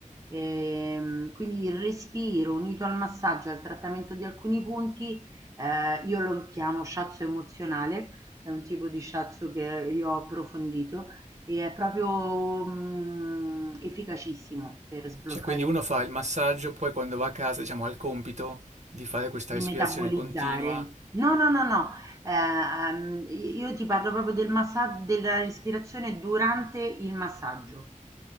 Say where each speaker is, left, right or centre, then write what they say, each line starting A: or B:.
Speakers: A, on the right; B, on the right.
A: Ehm, quindi il respiro unito al massaggio e al trattamento di alcuni punti, ehm, io lo chiamo shiatsu emozionale è un tipo di shiatsu che io ho approfondito e è proprio, mhmm, efficacissimo per sbloccare
B: Cioè, quindi
A: i
B: uno
A: muscoli,
B: fa il massaggio, poi quando va a casa, diciamo, ha il compito di fare questa
A: di
B: respirazione
A: metabolizzare.
B: continua
A: No, no, no, no, eh, ehm, i io ti parlo proprio del massa della respirazione durante il massaggio.